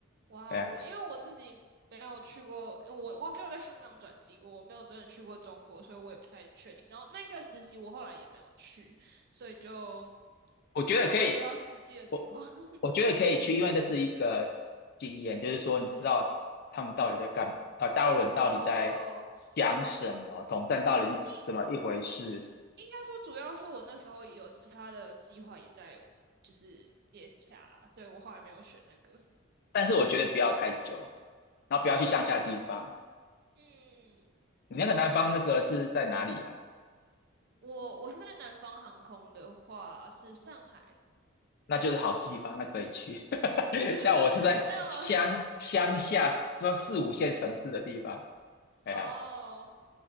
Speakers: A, on the right; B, on the left.
A: 哇哦，
B: 对啊，
A: 我因为我自己没有去过，呃我我只有在香港转机过，我没有真的去过中国，所以我也不太确定。然后那个实习我后来也没有去，所以就
B: 我觉得可以。
A: 不知道，我也不知道实际的情况。
B: 我。
A: <laughs>
B: 我觉得可以去，因为这是一个经验，就是说你知道他们到底在干嘛，呃，大陆人到底在想什么，
A: 哦，
B: 统战到底怎么一回事。
A: 应应应该说，主要是我那时候也有其他的计划也在就是接洽啦，所以我后来没有选那个。
B: 但是我觉得不要太久，然后不要去乡下地方。
A: 嗯，
B: 你那个南方那个是在哪里啊？
A: 我我是在南方航空的话是上海，
B: 那就是好地方，那可以去。<laughs>
A: <laughs>
B: 像我是在乡乡下，
A: 没有
B: 说四五线城市的地方。哎呀，
A: 哦。